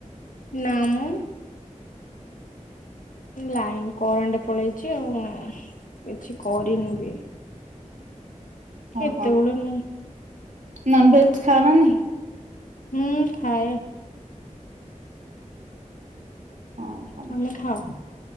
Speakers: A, on the left (about 75°); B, on the right (about 70°).
A: ନା ମ। ଲାଇନ୍ କରେଣ୍ଟ ପଳେଇଚି ଆଉ କିଛି କରିନୁ ବି।
B: ହଁ
A: ଏତେବେଳେ
B: ହଁ
A: ମୁଁ
B: ନନ୍ ଭେଜ ଖାଅନା ନାହିଁ?
A: ହୁଁ ଖାଏ।
B: ହଁ କଣ
A: ତମେ ଖାଅ